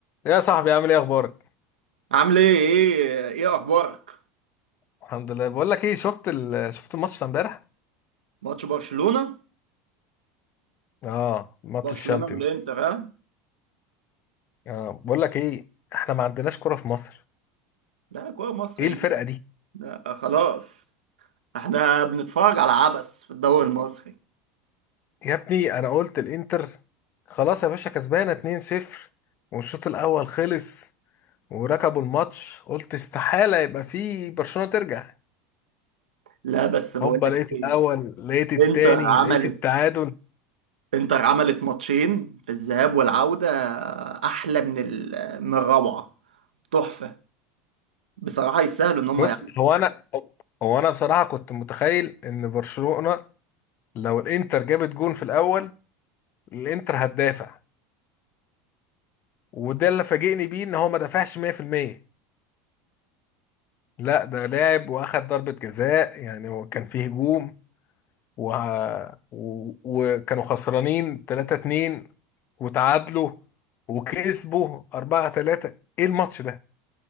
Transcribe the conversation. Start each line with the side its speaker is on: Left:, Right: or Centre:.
Left: يا صاحبي عامل ايه اخبارك
Right: عامل ايه ايه ايه اخبارك
Left: الحمد لله بقول لك ايه شفت ال... شفت الماتش بتاع امبارح
Right: ماتش برشلونة
Left: اه ماتش
Right: برشلونة
Left: الشامبيونز
Right: والانتر ها
Left: اه بقول لك ايه احنا ما عندناش كرة في مصر
Right: ده كوره مصري
Left: ايه الفرقة دي
Right: ده خلاص احنا بنتفرج على عبث في الدوري المصري
Left: يا ابني انا قلت الانتر خلاص يا باشا كسبانة 2-0 والشوط الاول خلص وركبوا الماتش قلت استحالة يبقى في برشلونة ترجع
Right: لا بس بقول
Left: هوبا
Right: لك
Left: لقيت
Right: ايه
Left: الاول لقيت التاني
Right: انتر عملت
Left: لقيت التعادل
Right: انتر عملت ماتشين في الذهاب والعودة آه، احلى من ال... من الروعة تحفة بصراحة يستاهلوا ان هم
Left: بص
Right: يعملوا
Left: هو انا هو انا بصراحة كنت متخيل ان برشلونة لو الانتر جابت جون في الاول الانتر هتدافع وده اللي فاجئني بيه ان هو ما دافعش 100% لا ده لاعب واخد ضربة جزاء يعني هو كان فيه هجوم و... و... وكانوا خسرانين 3-2 وتعادلوا وكسبوا 4-3 ايه الماتش ده؟